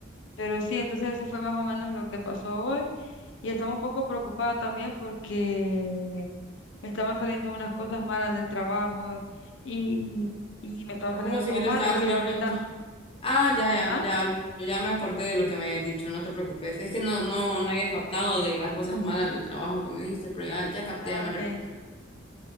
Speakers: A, on the left (about 65°); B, on the left (about 30°).
A: Pero sí, entonces eso fue más o menos lo que pasó hoy. Y estaba un poco preocupada también porque me estaban saliendo unas cosas malas del trabajo y, y me estaba saliendo
B: ¿Cómo así
A: todo
B: que te
A: mal,
B: estaba
A: pero
B: saliendo
A: ya ahorita,
B: las cosas? Ah, ya, ya,
A: ah,
B: ya, ya me acordé de lo que me habías dicho, no te preocupes. Es que no, no, no había captado de las cosas malas del trabajo que me dijiste, pero ya, ya capté,
A: ah,
B: ya me
A: ok,
B: recuperé.